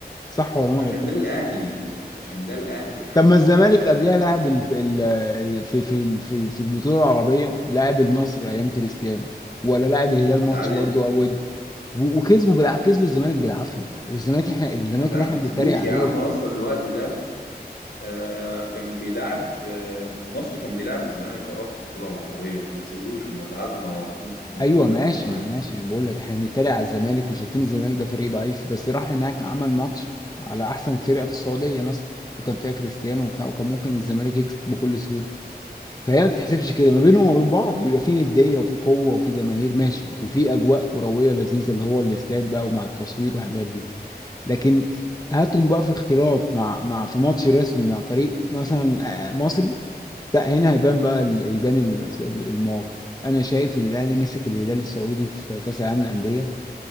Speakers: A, on the left; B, on the left.
A: صح ولا انا
B: عشان
A: غلطان
B: ده الأهلي عشان ده الأهلي يا عم
A: طب ما الزمالك قبلها لعب ال- ال- في في في في البطوله العربيه لعب النصر ايام كريستيانو ولا لعب الهلال ماتش
B: تعادل
A: برضه او ودي و- وكسبوا بالع... كسبوا الزمالك بالعافيه والزمالك احنا الزمالك
B: ما تع-
A: اللي احنا
B: ما كسبوش
A: بنتريق عليه
B: يا عم أصلا الوقت ده آه كان بيلعب آه مصر كان بيلعب الزمالك اه في البطولة العربية وما كسبوش وما تعادلوا مع بعضهم في- كان
A: ايوه
B: في دور
A: ماشي
B: المجموعات
A: ماشي انا بقول لك احنا بنتريق على الزمالك وشايفين الزمالك ده فريق ضعيف بس راح هناك عمل ماتش على احسن فرقه في السعوديه مثلا وكان فيها كريستيانو وبتاع وكان ممكن الزمالك يكسب بكل سهوله فهي ما بتتحسبش كده ما بينهم وما بين بعض بيبقى في نديه وفي قوه وفي جماهير ماشي وفي اجواء كرويه لذيذه اللي هو الاستاد بقى ومع التصوير والحاجات دي لكن هاتهم بقى في اختلاط مع مع في ماتش رسمي مع فريق مثلا آه، مصري لا هنا هيبان بقى ال- يبان ال- ال- المواقف انا شايف ان الاهلي مسك الهلال السعودي في كاس العالم للانديه